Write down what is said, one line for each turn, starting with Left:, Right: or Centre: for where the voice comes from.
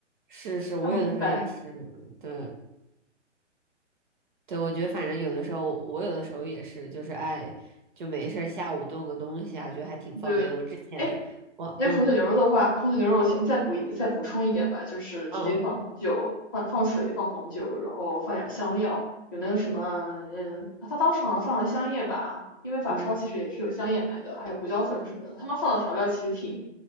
Right: 是是，
Left: 看不明白。
Right: 我有的时候也是，对。对，我觉得反正有的时候，我有的时候也是，就是爱就没事儿下午炖个东西啊，觉得还挺方便。
Left: 对，
Right: 我之前我嗯
Left: 哎，那红酒牛肉的话，红酒牛肉我先再补一再补充一点吧，就是直接放红酒，
Right: 嗯
Left: 放放水，放红酒，然后放点香料，有那个什么，嗯，他当时好像放了香叶吧，因为法超其实也是有香叶买的，
Right: 嗯
Left: 还有胡椒粉什么的，他们放的调料其实挺